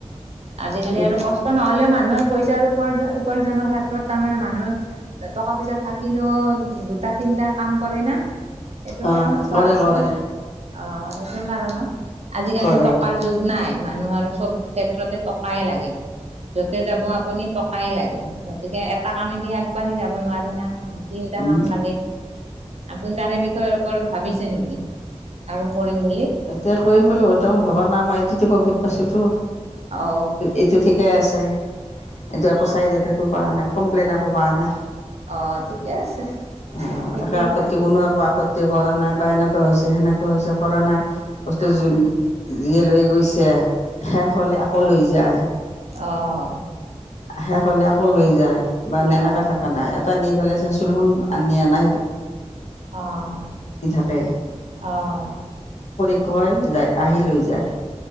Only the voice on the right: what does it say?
আজিকালি
আৰু কষ্ট নহলেও মানুহৰ পইচাৰ উপ উপাৰ্জনৰ ক্ষেত্ৰত তাৰমানে মানুহে টকা পইচা থাকিলেও দুটা তিনিটা কাম কৰে না সেইটো
কাৰণ পোৱা
হৈছে।
অ সেইটোৰ কাৰণত আজিকালি
টকাৰ যুগ নাই। মানুহৰ চব ক্ষেত্ৰতে টকাই লাগে। য'তে যাব আপুনি টকাই লাগে গতিকে এটা কামেদি আগবাঢ়ি যাব নোৱাৰি না। তিনিটা
কাম লাগে আপু তাৰে বিষয়ে ওপৰত ভাবিছে নেকি? আৰু কৰিম বুলি
অ
অ
অ', ঠিকে আছে
সেইটোৱে
ভাল
অ',
অ',
অঁ।
অ',
অ',
অ',